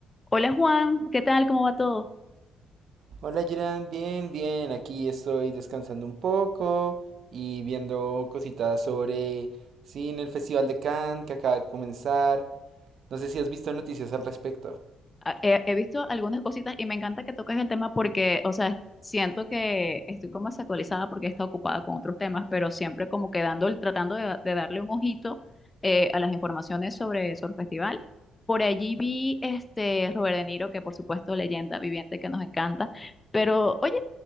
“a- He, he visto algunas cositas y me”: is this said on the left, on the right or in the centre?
Left